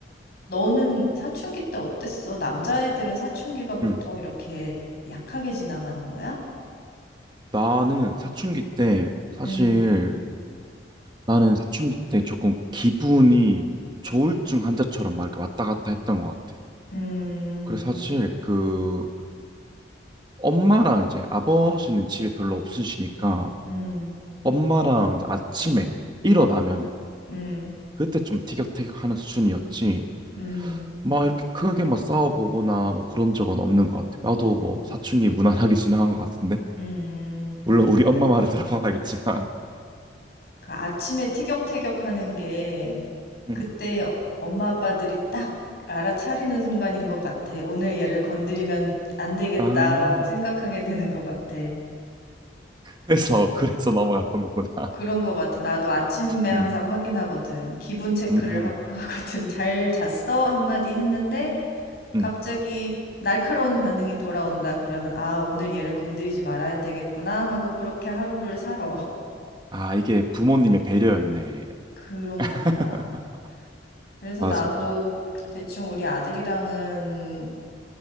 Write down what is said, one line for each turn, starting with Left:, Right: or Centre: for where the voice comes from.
Left: 너는 사춘기 때 어땠어? 남자애들은 사춘기가 보통
Right: 응.
Left: 이렇게 약하게 지나가는 거야?
Right: 나는 사춘기 때, 사실,
Left: 음.
Right: 나는 사춘기 때 조금 기분이 조울증 환자처럼 막 이렇게 왔다 갔다 했던 것 같아.
Left: 음.
Right: 그래서 사실, 그, 엄마랑 이제 아버지는 집에 별로 없으시니까,
Left: 음.
Right: 엄마랑 이제 아침에 일어나면은,
Left: 음.
Right: 그때 좀 티격태격 하는 수준이었지.
Left: 음.
Right: 막 이렇게 크게 막 싸워보거나 막 그런 적은 없는 것 같아. 나도 뭐 사춘기 무난하게 지나간 것 같은데.
Left: 음.
Right: 물론 우리 엄마 말에 <laughs> 들어봐야겠지만.
Left: 그 아침에 티격태격하는 게
Right: 음.
Left: 그때 어, 엄마 아빠들이 딱 알아차리는 순간인 것 같아. 오늘 얘를 건드리면 안 되겠다라고
Right: 아,
Left: 생각하게 되는 것 같아.
Right: 그래서, 그래서 넘어갔던 거구나.
Left: 그런 것 같아. 나도 아침에 항상
Right: 음,
Left: 확인하거든. 기분 체크를
Right: 음,
Left: 하, 하거든. <laughs> 잘 잤어? 한마디 했는데
Right: 음.
Left: 갑자기 날카로운 반응이 돌아온다 그러면 아, 오늘 얘를 건드리지 말아야 되겠구나 하고 그렇게 하루를 살아.
Right: 아, 이게 부모님의 배려였네.
Left: 그런가
Right: <laughs>
Left: 보다. 그래서
Right: 맞아.
Left: 나도 대충 우리 아들이랑은